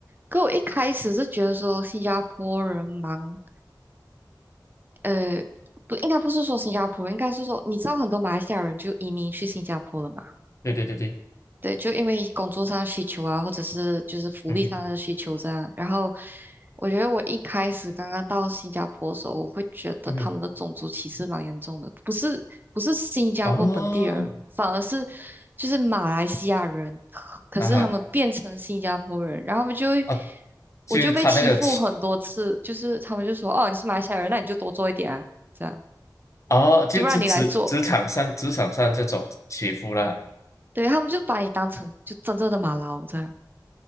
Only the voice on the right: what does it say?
可我一开始是觉得说新加坡人忙。呃，不，应该不是说新加坡人应该是说，你知道很多马来西亚人就移民去新加坡了嘛？
对，就因为工作上的需求啊，或者是就是福利上的需求这样。
然后，我觉得我一开始刚刚到新加坡的时候，我会觉得他们的种族歧视蛮严重的，
不是不是新加坡本地人，
反而是就是马来西亚人，可是他们变成新加坡人，
然后他们就会。
我就被欺负很多次，就是他们就说：“哦，你是马来西亚人，那你就多做一点啊。”这样。
就不让你来做。对，他们就把你当成就真正的马劳这样。